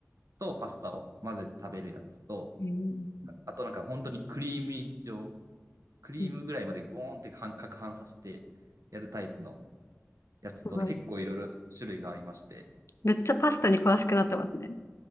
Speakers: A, on the right; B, on the left.
A: とパスタを混ぜて食べるやつと、
B: へー
A: あとなんか本当にクリーム以上、クリームぐらいまでゴーンって半攪拌させてやるタイプの
B: うん
A: やつとで結構いろいろ種類がありまして。
B: すごい。めっちゃパスタに詳しくなってますね。